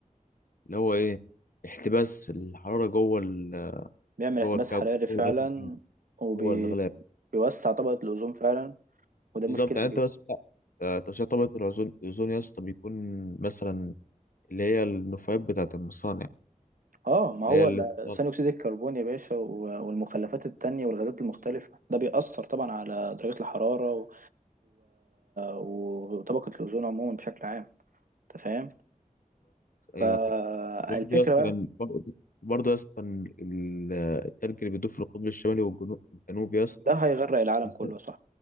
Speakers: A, on the left (about 80°); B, on the right (about 75°).
A: اللي هو ايه احتباس الحرارة جوه ال-
B: بيعمل
A: جوه
B: احتباس
A: الكوكب
B: حراري فعلا
A: جوه الغلاف الجوي،
B: وبيوسع
A: جوه الغلاف
B: طبقة الأوزون فعلا وده
A: بالظبط
B: مشكلة
A: يعني
B: كبيرة
A: انت بس آه، ترشيح طبقة الأوزون الأوزون يا اسطى بيكون مثلا اللي هي النفايات بتاعة المصانع
B: اه ما هو
A: اللي هي اللي
B: ال-
A: بالظبط
B: ثاني اكسيد الكربون يا باشا و- والمخلفات التانية والغازات المختلفة ده بيأثر طبعا على درجة الحرارة و... وطبقة الأوزون عموما بشكل عام أنت فاهم؟
A: أيوه
B: آه،
A: كده برضه
B: الفكرة
A: يا اسطى
B: بقى
A: كان- برضه برضه يا اسطى ال- التلج اللي بيدوب في القطب الشمالي والجنو- والجنوب يا اسطى
B: ده هيغرق العالم
A: بيس-
B: كله صح